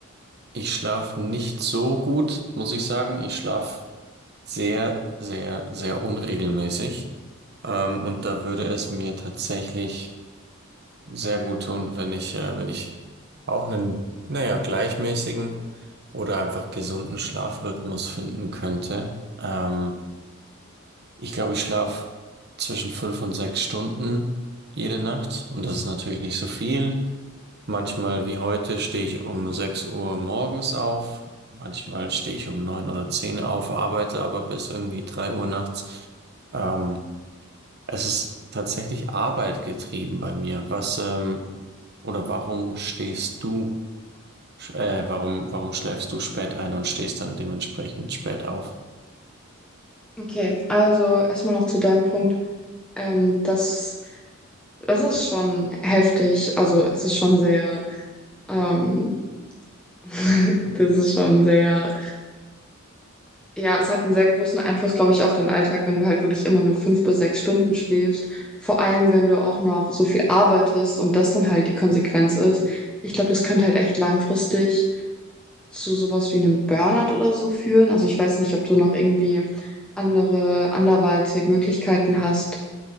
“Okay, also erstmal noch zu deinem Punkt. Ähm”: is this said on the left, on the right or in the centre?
Centre